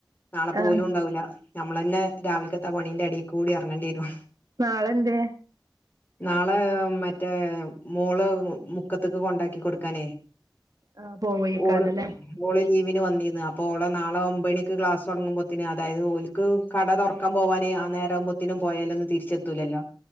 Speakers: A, on the left (about 20°); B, on the right (about 45°).
A: നാളെ പോവലും
B: ആഹ്
A: ഉണ്ടാവൂല്ല നമ്മളന്നെ രാവിലക്കത്ത പണിന്റെ അടിക്കൂടി എറങ്ങേണ്ടി വരും
B: നാളെ എന്തേ
A: നാളെ മറ്റേ മോള് മുക്കത്തക്ക് കൊണ്ടാക്കി കൊടുക്കാനേ
B: ആഹ് പോവേക്കാരല്ലേ
A: ഓള് ഓള് ലീവിന് വന്നീന്ന് അപ്പോ ഓള് നാളെ ഒമ്പയ്ണിക്ക് ക്ലാസ്സൊടങ്ങുമ്പോ ത്തിന് അതായത് ഓലിക്ക് കട തൊറക്കാൻ പോവാനേ ആ നേരം ആവുമ്പത്തിന് പൊയേലൊന്ന് തിരിച്ചെത്തൂല്ലല്ലോ